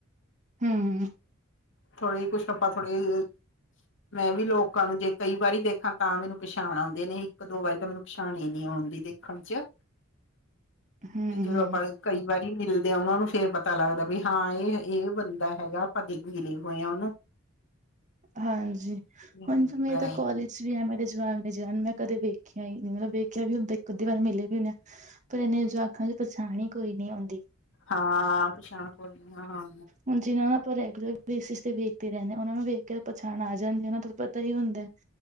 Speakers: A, on the right; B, on the left.
A: ਹਮ।
B: ਥੋੜੇ ਕੁੱਛ ਆਪਾਂ ਥੋੜੇ, ਮੈਂ ਵੀ ਲੋਕਾਂ ਨੂੰ ਜੇ ਕਈ ਵਾਰੀ ਦੇਖਾਂ ਤਾਂ ਮੈਨੂੰ ਪਛਾਣ ਆਉਂਦੇ ਨੇ, ਇੱਕ ਦੋ ਵਾਰੀ ਤਾਂ ਮੈਨੂੰ ਪਛਾਣ ਹੀ ਨੀ ਆਉਂਦੀ ਦੇ। ਖੰ ਚ
A: ਹੂੰ
B: ਬੀ ਜੜਪਾਈ। ਕਈ ਵਾਰੀ ਮਿਲਦੇ ਆ ਉਹਨਾਂ ਨੂੰ, ਫੇਰ ਪਤਾ ਲੱਗਦਾ ਵੀ ਹਾਂ, ਇਹ ਇਹ ਬੰਦਾ ਹੈਗਾ ਪਦੇ ਮਿਲੇ ਹੋਏ ਆ ਉਹਨਾਂ।
A: ਹਾਂਜੀ, ਹੁਣ
B: ਹੁੰਦਾ
A: ਜਿਵੇਂ ਤਾਂ
B: ਹੈ
A: ਕੋਲਜ ਕੁ ਵੀ ਹੈ, ਮੇਰੇ ਜਵਾਨ ਨੇ, ਜਨ ਮੈਂ ਕਦੇ ਵੇਖਿਆ ਹੀ ਨਹੀਂ, ਮਤਲਬ ਵੇਖਿਆ ਵੀ ਹੁੰਦਾ, ਇੱਕ ਅੱਧੀ ਵਾਰ ਮਿਲੇ ਵੀ ਹੁੰਦੇ ਆ। ਪਰ ਇਹਨੇ ਜ਼ਵਾਕਾਂ ਦੀ ਪਛਾਣ ਹੀ ਕੋਈ ਨੀ ਆਉਂਦੀ।
B: ਹਾਂ ਪਛਾਣਪੋ ਹਾਂ -ਹਾਂ!
A: ਹੁਣ ਜਿਨਾ ਨੂੰ ਆਪਾਂ ਰੈਗੂਲਰ ਬੇਸਿਸ ਵੇਖਦੇ ਰਹਿੰਦੇ, ਉਹਨਾਂ ਨੂੰ ਵੇਖ ਕੇ ਪਛਾਣ ਆ ਜਾਂਦੀ, ਉਹਨਾਂ ਤੋਂ ਪਤਾ ਹੀ ਹੁੰਦਾ ਹੈ।